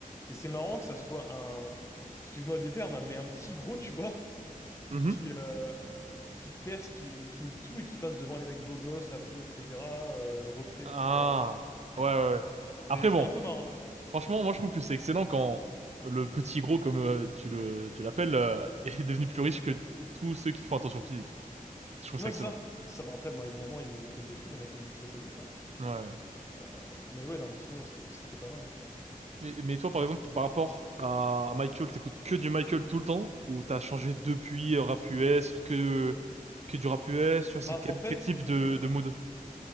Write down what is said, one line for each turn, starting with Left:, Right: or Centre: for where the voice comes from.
Left: Et c'est marrant que ça soit un, <laughs> excuse-moi des termes, hein, mais un petit gros, tu vois,
Right: Mhm.
Left: qui, euh, qui perce, qui, qui nique tout et qui passe devant les mecs beaux gosses, abdos, etc., euh, refait,
Right: Ah,
Left: etc., tu vois.
Right: ouais, ouais, ouais. Après,
Left: C'est c'est
Right: bon,
Left: un peu marrant, tu vois.
Right: franchement, moi, je trouve que c'est excellent quand le petit gros, comme euh, tu le, tu l'appelles, euh, <laughs> est devenu plus riche que tous ceux qui font attention physique. Je trouve
Left: Ouais,
Right: ça excellent.
Left: c'est ça. C'est ça. Bon, après, bon, évidemment, ils ont repris le dessus, les mecs comme BTS et tout, tu vois.
Right: Ouais.
Left: Euh, mais ouais, non, mais sinon, ouais, c'était c'était pas mal, tu vois.
Right: Mais, mais toi, par exemple, par rapport à Michael, t'écoutes que du Michael tout le temps, ou t'as changé depuis euh, rap US, que, que du rap US, tu vois, c'est
Left: Bah,
Right: quel,
Left: en fait.
Right: quel type de,
Left: <clears throat>
Right: de mood?